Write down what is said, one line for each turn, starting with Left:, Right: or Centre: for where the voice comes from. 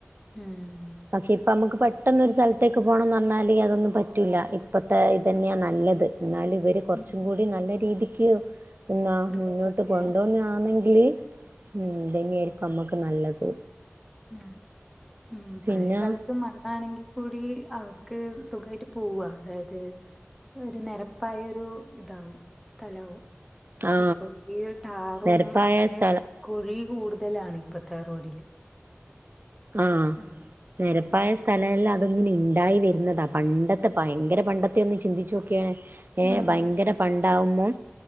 Centre: ഊം
Right: പക്ഷെ ഇപ്പം അമക്ക് പെട്ടെന്നൊരു സൽത്തേക്ക് പോണംന്നർഞ്ഞാല് അതൊന്നും പറ്റൂല്ലാ ഇ ഇപ്പത്തെ ഇതന്ന്യാ
Centre: ഉം
Right: നല്ലെത് എന്നാല് ഇവര് കൊർച്ചും
Centre: ഉം
Right: കൂടി
Centre: ഉം
Right: നല്ല രീതിയ്ക്ക് ഇന്നാ
Centre: റോഡൊക്കെ
Right: മുന്നോട്ട് കൊണ്ടുപോവുന്നെ ആന്നെങ്കില് ഉം ഇതെന്നേയ്രിക്കും അമ്മക്ക് നല്ലത്
Centre: ആഹ് ഉം
Right: പിന്നെ
Centre: പഴയ കാലത്തും മണ്ണാണെങ്കി കൂടി അവർക്ക് സുഖായിട്ട് പൂവാ അതായത് ഒരു നെരപ്പായാെരു ഇതാവും സ്ഥലാവും
Right: ആ
Centre: ഇപ്പൊ ഈ ടാറും
Right: നെരപ്പായ
Centre: അങ്ങെനെ
Right: സ്ഥലം
Centre: കുഴി കൂട്തലാണ് ഇപ്പത്തെ റോഡില്
Right: ആഹ്
Centre: ഉം
Right: നെരപ്പായ സ്ഥല എല്ലാം അതങ്ങനെ ഇണ്ടായി വെര്ന്നെതാ പണ്ടത്തെ ഭയങ്കര പണ്ടത്തെ ഒന്ന് ചിന്തിച്ച് നോക്ക്യേ ഏഹ്
Centre: ഉം
Right: ഭയ്ങ്കര പണ്ടാവുമ്പം